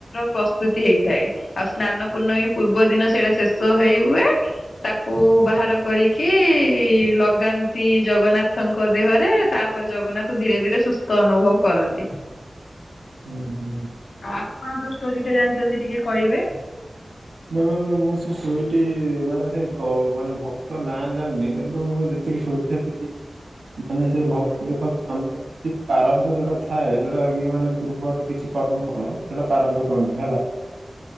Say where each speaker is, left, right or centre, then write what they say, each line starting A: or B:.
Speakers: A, on the left; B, on the right.
A: ପ୍ରସ୍ତୁତି ହେଇଥାଏ । ସ୍ନାନ ପୂର୍ଣ୍ଣମୀ ପୂର୍ବ ଦିନ ସେଇଟା ତ ହେଇ ହୁଏ ତାକୁ ବାହାର କରିକି ଲଗାନ୍ତି ଜଗନ୍ନାଥ। ତାଙ୍କ ଦେହରେ ତାପରେ ଜଗନ୍ନାଥ ଧୀରେ ଧୀରେ ସୁସ୍ଥ ଅନୁଭବ କରନ୍ତି।
B: ହୁଁ ହୁ ହିଁ।
A: ଆଉ ଆପଣ ଯୋଉ ଷ୍ଟୋରି ଟା ଜାଣିଛନ୍ତି ଟିକେ କହିବେ?
B: ଦେଖନ୍ତୁ ମୁଁ ସେ ଷ୍ଟୋରି ଟି ମାନେ ସେ ମାନେ ଭକ୍ତ ନାଁ ଜାଣିନି କିନ୍ତୁ ମୁଁ ଏଇ ସରିତା ଦିଦି ମାନେ ସେ ଭ ଦେଖନ୍ତୁ ଆମର କିଛି ପାରବ୍ଧ ଯୋଉଟା ଥାଏ ଯୋଉଟା ଇଏ ମାନେ ପୂର୍ବର କିଛି କର୍ମଫଳ ସେଇଟା ପରବ୍ଧ କନ୍ତି ହେଲା।